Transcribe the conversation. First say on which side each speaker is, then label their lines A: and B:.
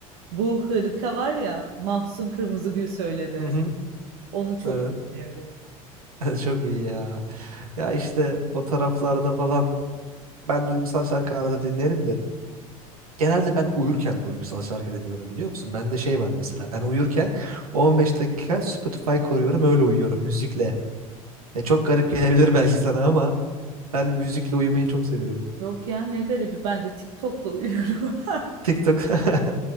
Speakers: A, on the right; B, on the right.
A: Bu hırka var ya Mahsun Kırmızıgül söyledi en
B: Hı
A: son.
B: hı.
A: Onu çok
B: Evet.
A: dinliyorum.
B: <laughs> Çok iyi ya. Ya işte o taraflarda falan ben duygusal şarkı arada dinlerim de genelde ben uyurken duygusal şarkı dinliyorum biliyor musun? Bende şey var mesela ben uyurken 15 dakika Spotify koruyorum öyle uyuyorum müzikle. Ya çok garip gelebilir belki sana ama ben müzikle uyumayı çok seviyorum.
A: Yok ya ne garibi ben de TikTok'la uyuyorum. <laughs>
B: TikTok. <laughs>